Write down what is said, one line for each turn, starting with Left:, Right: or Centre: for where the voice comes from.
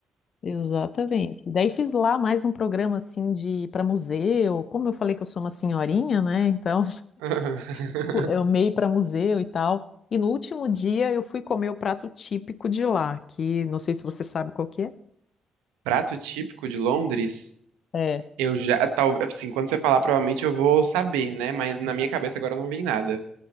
Left: Exatamente. Daí fiz lá mais um programa assim de para museu. Como eu falei que eu sou uma senhorinha, né? Então,
Right: <laughs>
Left: <laughs> eu meio para museu e tal. E no último dia eu fui comer o prato típico de lá, que não sei se você sabe qual que é.
Right: Prato típico de Londres,
Left: É,
Right: eu já, tal, assim, quando você falar, provavelmente eu vou saber, né? Mas na minha cabeça agora não vem nada.